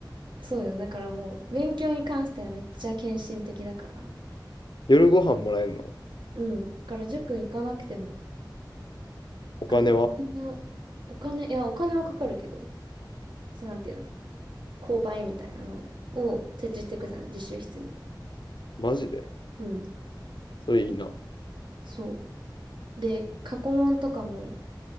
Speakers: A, on the right (about 75°); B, on the left (about 70°).
A: そうよ。だからもう、勉強に関してはめっちゃ献身的だから。
B: 夜ご飯もらえるの
A: うん。だから塾行かなくても、
B: お金は
A: 学校のお金、いや、お金はかかるけど、そう、なんていうの、購買みたいなのを設置してくれたの、自習室に。
B: マジで
A: うん。
B: それいいな。
A: そう。で、過去問とかも、